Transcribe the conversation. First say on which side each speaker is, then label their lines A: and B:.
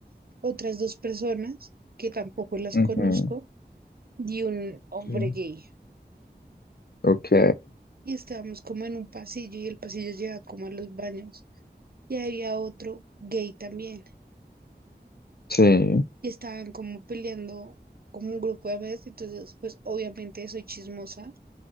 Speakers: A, on the right; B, on the left.
A: otras dos personas que tampoco las
B: Ujú,
A: conozco y un hombre
B: Sí.
A: gay.
B: Ok.
A: Y estábamos como en un pasillo y el pasillo lleva como a los baños. Y había otro gay también.
B: Sí.
A: Y estaban como peleando como un grupo de amigas. Entonces, pues obviamente soy chismosa